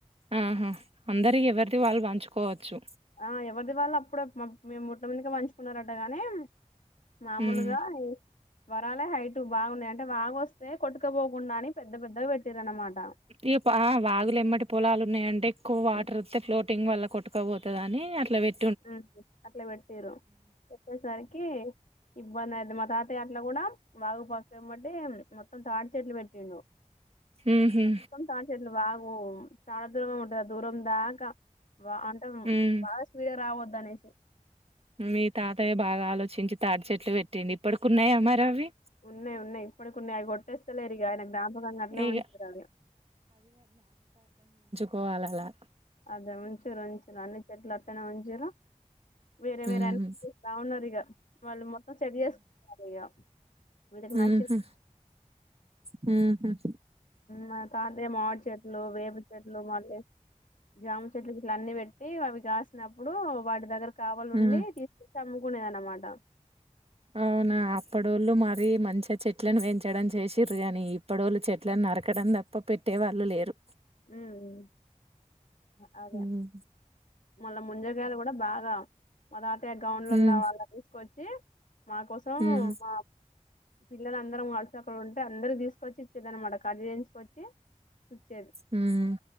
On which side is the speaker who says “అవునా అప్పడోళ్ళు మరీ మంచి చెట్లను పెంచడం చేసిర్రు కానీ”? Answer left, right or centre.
Right